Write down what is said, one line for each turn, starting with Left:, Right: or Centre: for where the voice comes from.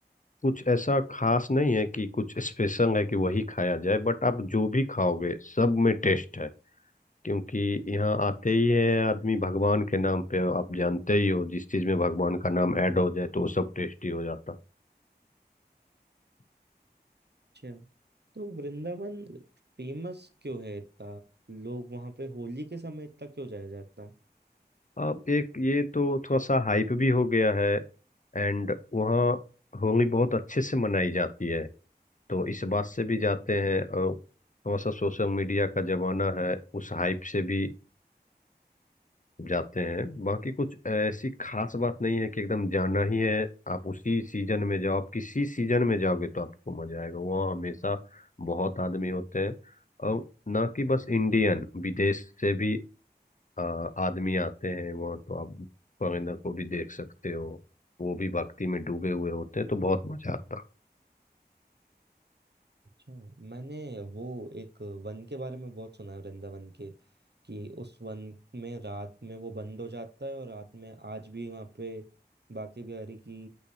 Left: कुछ ऐसा खास नहीं है कि कुछ स्पेशल है कि वही खाया जाए बट आप जो भी खाओगे सब में टेस्ट है क्योंकि यहाँ आते ही है आदमी भगवान के नाम पे आप जानते ही हो जिस चीज में भगवान का नाम ऐड हो जाए तो वो सब टेस्टी हो जाता
Right: अच्छा तो वृंदावन फेमस क्यों है इतना लोग वहां पे होली के समय इतना क्यों जाया जाता है
Left: अब एक ये तो थोड़ा सा हाइप भी हो गया है एंड वहाँ होली बहुत अच्छे से मनाई जाती है तो इस बात से भी जाते हैं और थोड़ा सा सोशल मीडिया का जमाना है उस हाइप से भी जाते हैं बाकी कुछ ऐसी खास बात नहीं है कि एकदम जाना ही है आप उसी सीजन में जाओ आप किसी सीजन में जाओगे तो आपको मजा आएगा वहाँ हमेशा बहुत आदमी होते हैं और ना कि बस इंडियन विदेश से भी आ, आदमी आते हैं वहाँ तो आप फॉरेनर को भी देख सकते हो वो भी भक्ति में डूबे हुए होते हैं तो बहुत मजा आता है
Right: अच्छा मैंने वो एक वन के बारे में बहुत सुना है वृंदावन के कि उस वन में रात में वो बंद हो जाता है और रात में आज भी वहाँ पे बांके बिहारी की